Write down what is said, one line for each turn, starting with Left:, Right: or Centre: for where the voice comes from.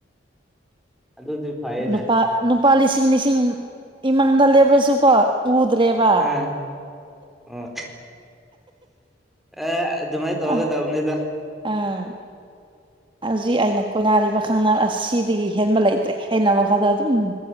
Centre: ꯑꯗꯨꯗꯤ ꯐꯩꯌꯦꯅꯦ
Right: ꯅꯨꯄꯥ ꯅꯨꯄꯥ ꯂꯤꯁꯤꯡ ꯂꯤꯁꯤꯡ ꯏꯃꯥꯡꯗ ꯂꯦꯞꯂꯁꯨꯀꯣ ꯎꯗ꯭ꯔꯦꯕ
Centre: ꯑꯥ ꯑꯣ ꯑꯦ ꯑꯗꯨꯃꯥꯏꯟ ꯇꯧꯒꯗꯕꯅꯤꯗ
Right: ꯑ ꯑꯥ ꯍꯧꯖꯤꯛ ꯑꯩꯅ ꯀꯣꯏꯅꯔꯤꯕ ꯈꯪꯅꯕ ꯑꯁꯤꯗꯒꯤ ꯍꯦꯟꯕ ꯂꯩꯇ꯭ꯔꯦ ꯍꯅ ꯋꯥꯈꯜꯗ ꯑꯗꯨꯝ